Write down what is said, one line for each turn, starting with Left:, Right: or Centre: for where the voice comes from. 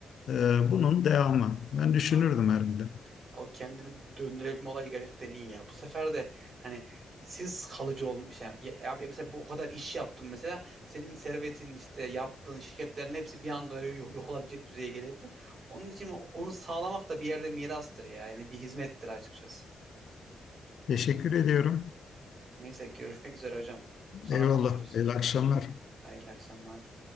Left: e, bunun devamı. Ben düşünürdüm
Right: Anladım.
Left: herhalde.
Right: O kendini döndürebilme olayı gerçekten iyi ya. Bu sefer de hani siz kalıcı olmuş. Yani, ya, ya mesela bu o kadar iş yaptın mesela. Senin servetin işte yaptığın şirketlerin hepsi bir anda yok, yok olabilecek düzeye gelebilir. Onun için onu sağlamak da bir yerde mirastır ya. Yani bir hizmettir açıkçası.
Left: Teşekkür ediyorum.
Right: Neyse görüşmek üzere hocam. Sonra
Left: Eyvallah.
Right: konuşuruz.
Left: Hayırlı
Right: Hadi
Left: akşamlar.
Right: iyi gün. Hayırlı akşamlar.